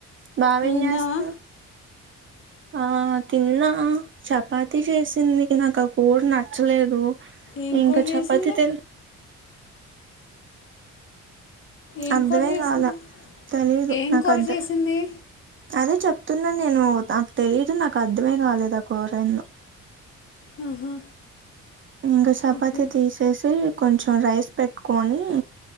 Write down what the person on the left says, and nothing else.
నువ్వు
తిన్నావా
ఏం
కూర చేసింది
ఏం
కూర చేసింది
ఏం
కూర
చేసింది
ఆహా
ఓకే